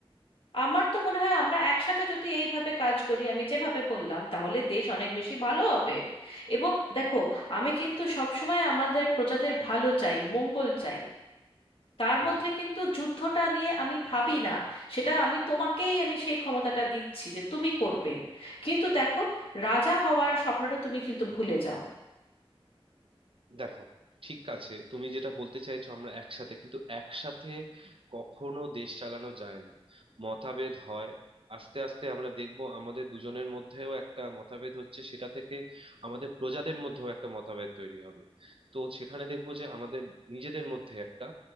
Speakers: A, on the left; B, on the right.
A: আমার তো মনে হয় আমরা একসাথে যদি এইভাবে কাজ করি আমি যেভাবে বললাম তাহলে দেশ অনেক বেশি ভালো হবে এবং দেখো আমি কিন্তু সবসময় আমাদের প্রজাদের ভালো চাই মঙ্গল চাই তার
B: হুম
A: মধ্যে কিন্তু যুদ্ধটা নিয়ে আমি ভাবি না সেটা আমি তোমাকেই আমি সেই ক্ষমতাটা দিচ্ছি যে তুমি করবে কিন্তু দেখো রাজা হওয়ার স্বপ্নটা তুমি কিন্তু ভুলে যাও
B: দেখো ঠিক আছে তুমি যেটা বলতে চাইছো আমরা একসাথে কিন্তু একসাথে কখনো দেশ চালানো যায় না মতভেদ হয় আস্তে আস্তে আমরা দেখব আমাদের দুজনের মধ্যেও একটা মতভেদ হচ্ছে সেটা থেকে আমাদের প্রজাদের মধ্যেও একটা মতভেদ তৈরি হবে তো সেখানে দেখব যে আমাদের নিজেদের মধ্যে একটা